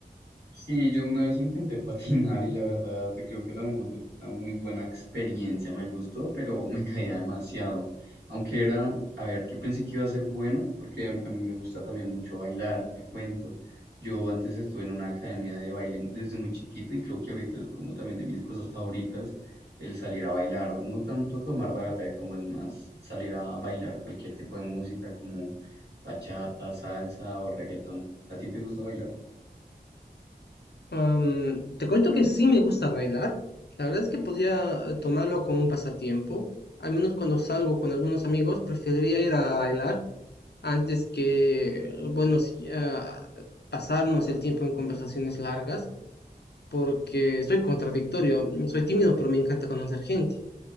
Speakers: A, on the right; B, on the left.
A: Sí, yo una vez intenté patinar y la verdad creo que tampoco tuve una muy buena experiencia. Me gustó, pero me caía demasiado. Aunque era, a ver, yo pensé que iba a ser bueno porque a a mí me gusta también mucho bailar, te cuento. Yo antes estuve en una academia de baile desde muy chiquito y creo que ahorita es como también de mis cosas favoritas el salir a bailar. No tanto tomar la verdad como el más salir a bailar cualquier tipo de música como bachata, salsa o reggaetón. ¿A ti te gusta bailar?
B: Am, te cuento que sí me gusta bailar. La verdad es que podría eh, tomarlo como un pasatiempo. Al menos cuando salgo con algunos amigos, preferiría ir a bailar antes que, bueno, sí, ah, pasarnos el tiempo en conversaciones largas. porque soy contradictorio, soy tímido, pero me encanta conocer gente.